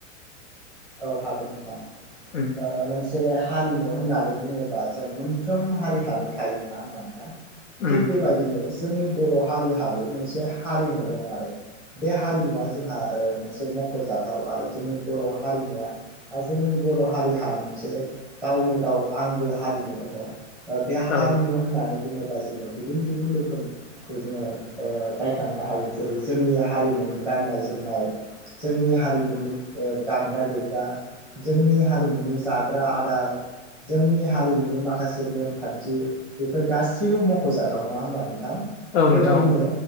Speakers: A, in the centre; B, on the left (about 85°).
A: औ हागोन नोंथां
B: उम
A: ओ मोनसे हारिमु होननानै बुङोबा जों मोनफ्रोम हारि हानो थायो नङा होमबा नोंथां
B: उम
A: थिग बेबायदिनो जो जोंनि बर' हारिहाबो मोनसे हारिमु दं आरो बे हारिमुवा जोंहा ओ मोनसे मख'जाथाव आरो जोंनि बर' हा हारिमुवा बा जोंनि बर' हारिहा मोनसे गावनो गाव आंगो हारिमु दङ ओ बे हारिमु
B: औ
A: होननानै बुङोबा जोङो गुबुन गुबुन रोखोमखौ जोङो ओ नायखांनो हायो जेरै जोंनि हारिमु नि गाननाय जोमनाय जोंनि हारिमुनि ओ दामग्रा देग्रा जोंनि हारिमुनि जाग्रा आदार जोंनि हा हारिमुनि माखासे नेमखान्थि बेफोर गासैबो मख'जाथाव नङा होमबा नों थां
B: औ
A: बेबायदिनो
B: नोंथां औ